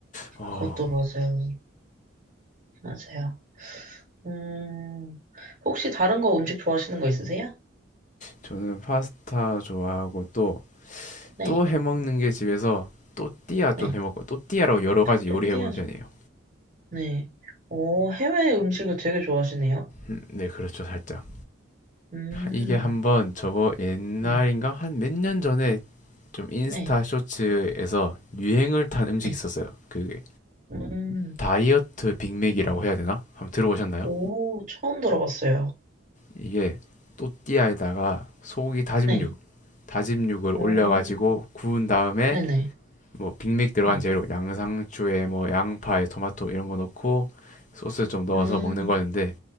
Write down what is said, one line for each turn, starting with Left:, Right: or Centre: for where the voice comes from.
Left: 어
Right: 그것도 맞아요. 맞아요. 음, 혹시 다른 거 음식 좋아하시는 거 있으세요?
Left: 저는 파스타 좋아하고 또
Right: 네,
Left: 또 해먹는 게 집에서 또띠아 좀
Right: 네.
Left: 해먹고 또띠아로 여러 가지
Right: 또띠아죠.
Left: 요리해본 편이에요.
Right: 네. 오, 해외 음식을 되게 좋아하시네요.
Left: 음, 네 그렇죠 살짝
Right: 음,
Left: 이게 한번 저거 옛날인가
Right: 네.
Left: 한 몇 년 전에 좀 인스타
Right: 네,
Left: 쇼츠에서 유행을 탄 음식이
Right: 네.
Left: 있었어요. 그게
Right: 음, 음,
Left: 다이어트 빅맥이라고 해야 되나? 한번 들어보셨나요?
Right: 오, 처음 들어봤어요.
Left: 이게 또띠아에다가 소고기 다짐육,
Right: 네,
Left: 다짐육을
Right: 음,
Left: 올려가지고 구운 다음에
Right: 네네,
Left: 뭐 빅맥 들어간
Right: 네,
Left: 재료, 양상추에 뭐 양파에 토마토 이런 거 넣고 소스 좀 넣어서
Right: 음,
Left: 먹는 거였는데